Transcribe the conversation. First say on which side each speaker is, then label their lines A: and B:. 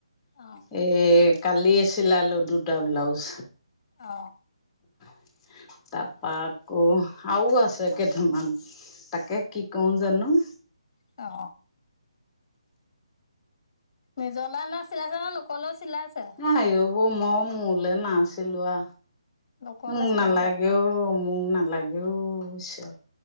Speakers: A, on the left; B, on the left.
A: অ।
B: এ কালিয়ে চিলালো দুটা ব্লাউজ।
A: অ।
B: <inaudible> তাপা আকৌ আৰু আছে কেটামান, তাকে কি কও জানো?
A: অ। নিজৰলানে চিলাইছেনে লোকলেও চিলাইছে?
B: আঐ এইবোৰ মোৰ মোলৈ নাই চিলোৱা,
A: লোকলে
B: মোক
A: চিলাইছে,
B: নালাগেও মোক নালাগে অ' ঈশ্বৰ।